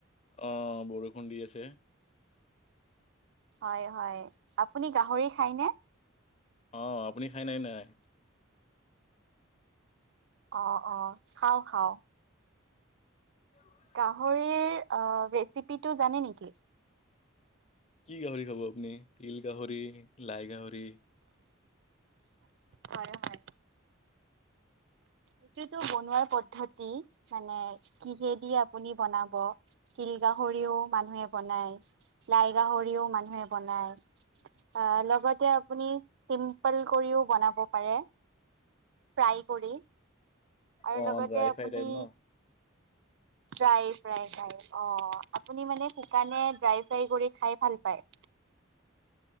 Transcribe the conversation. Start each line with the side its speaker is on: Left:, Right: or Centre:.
Left: অ'! বৰষুণ দি আছে।
Right: হয়, হয়! আপুনি গাহৰি খায়নে?
Left: অ'! আপুনি খাই নাই, নাই?
Right: অ' অ'! খাওঁ-খাওঁ।
Left: <unintelligible>
Right: গাহৰিৰ অ' ৰেচিপিটো জানে নেকি?
Left: কি গাহৰি খাব আপুনি? তিল গাহৰি, লাই গাহৰি?
Right: হয়, হয়। সেইটোতো বনোৱাৰ পদ্ধতি। মানে, কিহেদি আপুনি বনাব। তিল গাহৰিও মানুহে বনায়, লাই গাহৰিও মানুহে বনায়। অ'! লগতে আপুনি, চিম্পল কৰিও বনাব পাৰে। ফ্ৰাই কৰি আৰু
Left: অ
Right: লগতে
Left: ড্ৰাই
Right: আপুনি
Left: ফ্ৰাই টাইপ ন
Right: ড্ৰাই-ফ্ৰাই খায়। অ'! আপুনি মানে, শুকানে ড্ৰাই- ফ্ৰাই কৰি খাই ভাল পায়?